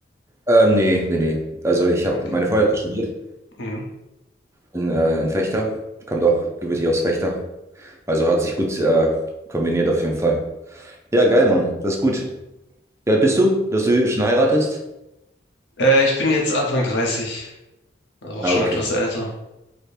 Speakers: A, on the right; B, on the left.
A: ähm, nee, nee, nee. Also ich
B: Okay.
A: habe meine Frau hat studiert
B: Mhm.
A: in, äh, in Fechter. Kommt auch gebürtig aus Fechter. Also hat sich gut äh, kombiniert auf jeden Fall. Ja, geil, Mann. Das ist gut. Wie alt bist du, dass du schon heiratest?
B: Äh, ich bin jetzt Anfang 30, auch
A: Ah,
B: schon
A: okay.
B: etwas älter.